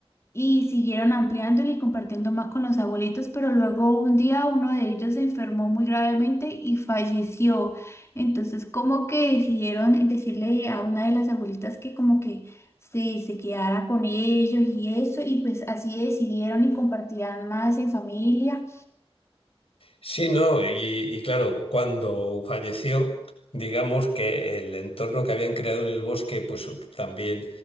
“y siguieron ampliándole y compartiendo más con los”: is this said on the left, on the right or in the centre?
Left